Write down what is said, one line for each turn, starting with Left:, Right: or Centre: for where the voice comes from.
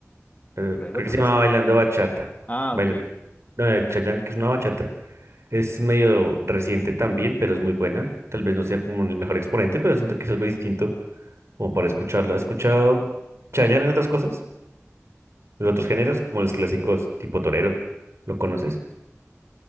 Right: eh,
Left: ¿Torero,
Right: creo
Left: tal
Right: que se
Left: vez?
Right: llama Bailando Bachata.
Left: Ah,
Right: Baila-
Left: ok.
Right: no, de Chayanne, que es una bachata. Es medio reciente también, pero es muy buena. Tal vez no sea como el mejor exponente, pero siento que es algo distinto como para escucharlo. ¿Has escuchado Chayanne en otras cosas? En otros géneros, como los clásicos tipo torero. ¿Lo conoces?